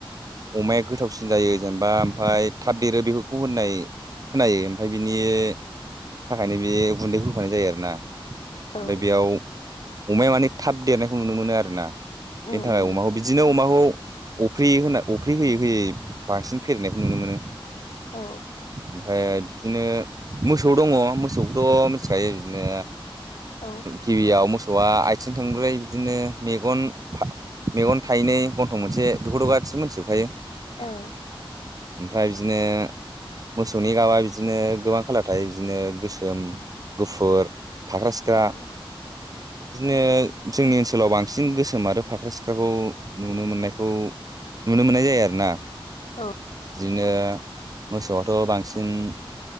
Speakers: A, on the right (about 40°); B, on the left (about 80°).
A: अमाया गोथावसिन जायो। जेनेबा ओमफ्राय थाब देरो बेफोरखौ होननाय खोनायो। ओमाय बिनि थाखायनो बे गुन्दैखौ होफानाय जायो। आरोना?
B: औ
A: ओमफ्राय बेयाव अमाया माने थाब देरनायखौ नुनो मोनो। आरो ना? बेनि
B: उम
A: थाखाय
B: उम
A: अमाखौ बिदिनो अमाखौ अफ्रिे होना। अफ्रिे होयै-होयै बांसिन फेदेरनायखौ नुनो मोनो।
B: औ।
A: ओमफ्राय बिदिनो मोसौ दङ। मोसौखौथ' मिथिखायो? बिदिनो
B: औ
A: गिबियाव मोसौआ आथिं थंब्रै, बिदिनो मेगन, मेगन थाइनै, गन्थं मोनसे बेखौथ' गासिबो मोनथिजोबखायो?
B: औ।
A: ओमफ्राय बिदिनो मोसौनि गाबआ बिदि बिदिनो गोबां खालाार थायो बिदिनो गोसोम, गुफुर, फाख्रा-सिख्रा।
B: औ औ औ
A: बिदिनो जोंनि ओनसोलाव बांसिन गोसोम आरो फाख्रा सिख्राखौ नुनो मोननायखौ नुनो मोननाय जायो। आरो ना?
B: औ।
A: बिदिनो मोसौआथ' बांसिन